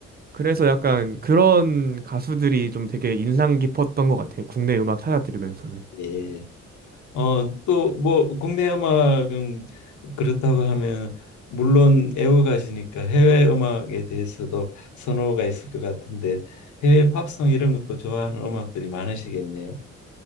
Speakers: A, on the right; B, on the left.
A: 그래서 약간 그런 가수들이 좀 되게 인상 깊었던 것 같아요. 국내 음악 찾아 들으면서는.
B: 예. 어, 또 뭐 국내 음악은 그렇다고 하면 물론 애호가시니까 해외 음악에 대해서도 선호가 있을 것 같은데 해외 팝송 이런 것도 좋아하는 음악들이 많으시겠네요.